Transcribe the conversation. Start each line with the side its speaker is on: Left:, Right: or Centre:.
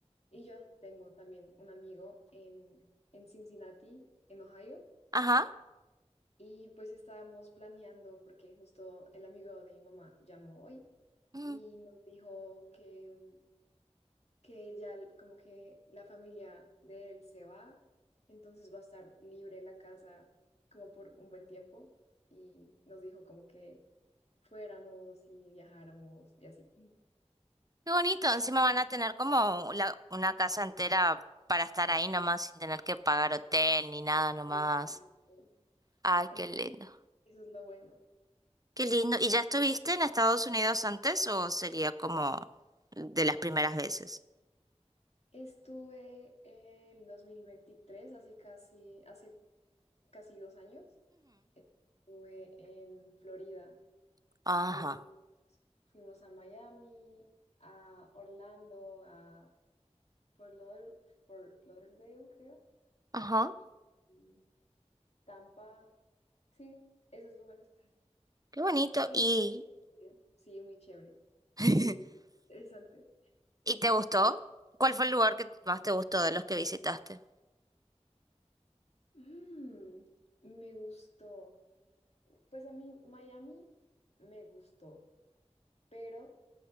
Left: y yo tengo también un amigo en, en Cincinnati, en Ohio,
Right: Ajá.
Left: y pues estábamos planeando porque justo el amigo de mi mamá llamó hoy
Right: Mm,
Left: y nos dijo que mm, que ya l- como que la familia de él se va, entonces va a estar libre la casa como por un buen tiempo y nos dijo como que fuéramos y viajáramos y así.
Right: qué bonito. Encima van a tener como la- una casa entera para estar ahí nomás sin tener que pagar hotel ni nada nomás.
Left: Exacto.
Right: Ay,
Left: En-
Right: qué lindo.
Left: sí, eso es lo bueno.
Right: Qué lindo. ¿Y ya estuviste en Estados Unidos antes o sería como de las primeras veces?
Left: Estuve el 2023 así casi, hace casi dos años, estuve en Florida.
Right: Ajá,
Left: Fuimos, fuimos a Miami, a Orlando, a Fort Lauder- Fort Lauderdale, creo,
Right: ajá,
Left: y, y Tampa, sí, esos lugares. <laughs>
Right: qué bonito.
Left: Solo
Right: ¿Y,
Left: fue- Sí, muy chévere,
Right: <laughs>
Left: muy interesante.
Right: <clears throat> y te gustó? ¿Cuál fue el lugar que más te gustó de los que visitaste?
Left: Mm, me gustó. Pues a mí Miami me gustó, pero